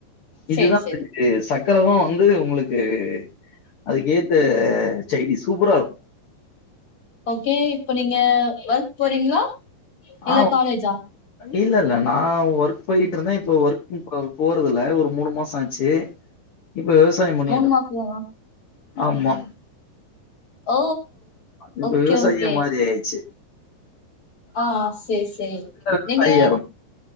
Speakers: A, on the left (about 50°); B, on the left (about 25°).
A: இதுதா
B: சேரி
A: <unintelligible>
B: சேரி
A: இ சக்கர தா வந்து உங்களுக்கு அதுக்கேத்த சைடிஷ் சூப்பரா இருக்கு
B: ஓகே இப்போ நீங்க ஒர்க் போறீங்ளா இல்ல
A: ஆ
B: காலேஜா
A: இல்ல இல்ல நா ஒர்க் போயிட்டு இருந்தே இப்ப ஒர்க்கு போறதில்ல ஒரு மூணு மாசோ ஆச்சு
B: <inaudible>
A: இப்ப விவசாயம் பண்ணிட்டு
B: மூணு மாச தானா
A: ஆமா
B: ஓ
A: இப்ப
B: ஓகே
A: விவசாயியா
B: ஓகே
A: மாரி ஆயாச்சு
B: ஆ செரி செரி
A: அரசாயியா
B: நீங்க